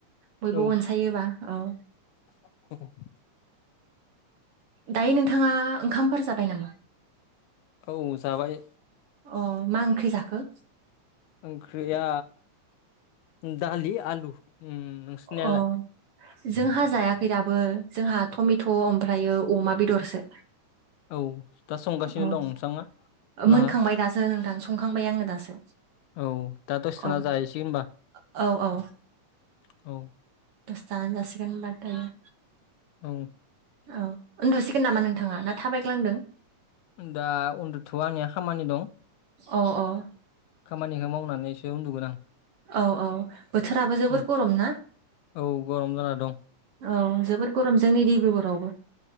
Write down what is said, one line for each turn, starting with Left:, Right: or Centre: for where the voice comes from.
Right: बयबो
Left: औ
Right: अनसायोबा औ
Left: <inaudible>
Right: दायो नोंथाङा ओंखामफोर जाबाय नामा
Left: औ जाबाय
Right: अ मा ओंख्रि जाखो
Left: ओंख्रिया दालि आलु ओम नोंसिनालाय
Right: अ जोंहा जायाखै दाबो जोंहा टमेट' ओमफ्रायो अमा बेदरसो
Left: औ दा संगासिनो
Right: अह
Left: दं नोंथाङा लाहा
Right: मोनखांबाय दासो नोंथां संखांबाय आङो दासो
Left: औ दा दसेथाना
Right: अ
Left: जाहैसै होनोमबा
Right: औ औ
Left: औ
Right: दसे थाना जासिगोन होमबा दायो
Left: औ
Right: औ उन्दुसिगोन नामा नोंथाङा ना थाबायग्लांदों
Left: दा उन्दु'वा आंनिया खामानि दं
Right: अ आं।
Left: खामानिखौ मावनानैसो उन्दुगोन आं।
Right: औ - औ बोथोराबो जोबोर
Left: औ
Right: गरम ना
Left: औ गरम जाना दं
Right: औ जोबोद गरम जोंनि डिब्रुगरआवबो